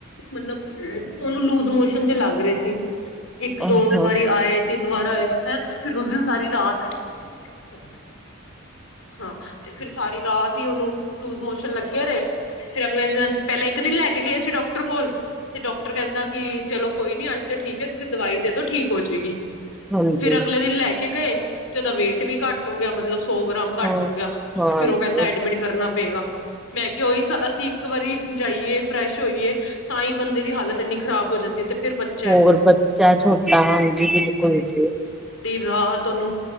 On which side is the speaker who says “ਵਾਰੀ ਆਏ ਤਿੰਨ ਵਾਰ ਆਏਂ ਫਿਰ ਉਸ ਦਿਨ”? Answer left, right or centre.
Left